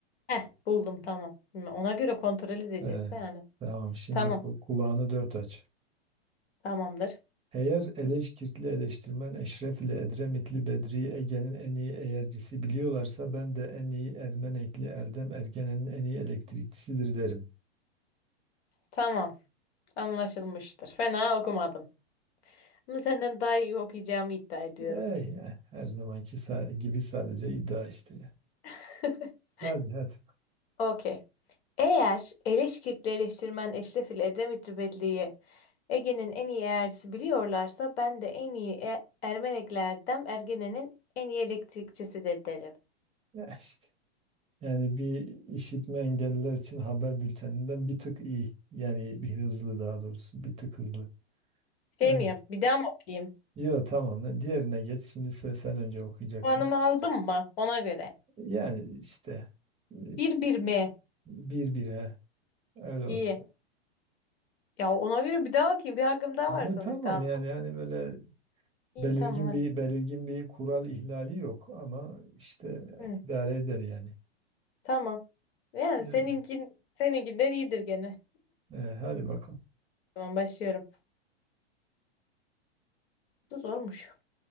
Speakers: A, on the left; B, on the right.
A: Heh buldum tamam. Hmm, Ona göre kontrol edeceğiz
B: Ee,
A: de yani.
B: tamam şimdi
A: Tamam.
B: ku-
A: Tamam.
B: kulağını dört aç.
A: Tamamdır.
B: Eğer eleşkirtli eleştirmen Eşref ile Edremitli Bedri Ege'nin en iyi eğercisi biliyorlarsa ben de en iyi Ermenekli Erdem Ergenen'in en iyi elektrikçisidir derim.
A: Tamam. Anlaşılmıştır. Fena okumadın. Ama senden daha iyi okuyacağımı iddia ediyorum.
B: Eh, eh, her zamanki sa- gibi sadece iddia işte. ya.
A: <laughs>
B: Hadi hadi.
A: Okey. Eğer Eleşkirtli eleştirmen Eşref ile Edremit Rübelli'yi Ege'nin en iyi eğercisi biliyorlarsa ben de en iyi e Ermeneklerden Ergene'nin en iyi elektrikçisidir derim.
B: Eh işte. Yani bir işitme engelliler için haber bülteninden bir tık iyi. Yani bir hızlı daha doğrusu bir tık hızlı.
A: Şey
B: Evet.
A: mi yap? Bir daha mı okuyayım?
B: Yo tamam. ne- Diğerine geç. Şimdi sen, sen önce okuyacaksın.
A: Puanımı aldım mı? Ona göre.
B: Yani işte e,
A: Bir bir mi?
B: bir bir he. Öyle
A: İyi.
B: olsun.
A: Ya ona göre bir daha bakayım. Bir hakkım daha
B: Yo
A: var sonuçta.
B: tamam
A: Allah.
B: yani yani böyle
A: İyi
B: belirgin
A: tamam hadi.
B: bir belirgin bir kural ihlali yok ama işte
A: Hı,
B: idare eder yani.
A: tamam. Yani
B: E,
A: seninkin, seninkinden iyidir gene.
B: e, hadi bakalım.
A: Tamam başlıyorum. Bu da zormuş.